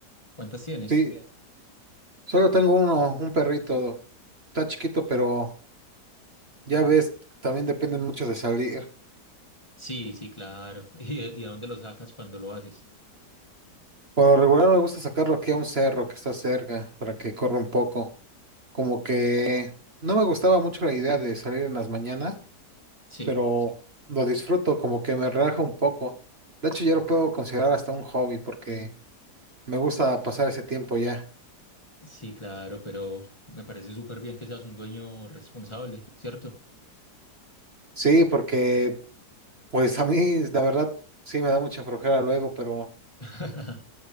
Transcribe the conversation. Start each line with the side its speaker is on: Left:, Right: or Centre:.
Left: ¿Cuántas tienes?
Right: Sí, solo tengo uno, un perrito. Está chiquito, pero ya ves, también dependen mucho de salir.
Left: Sí, sí, claro. <laughs> ¿Y, y a dónde lo sacas cuando lo haces?
Right: Por lo regular me gusta sacarlo aquí a un cerro que está cerca para que corra un poco. Como que no me gustaba mucho la idea de salir en las mañanas
Left: Sí,
Right: pero lo disfruto, como que me relaja un poco. De hecho, ya lo puedo considerar hasta un hobby porque me gusta pasar ese tiempo ya.
Left: sí, claro, pero me parece súper bien que seas un dueño responsable, ¿cierto?
Right: Sí, porque pues a mí la verdad sí me da mucha flojera luego, pero
Left: <laughs>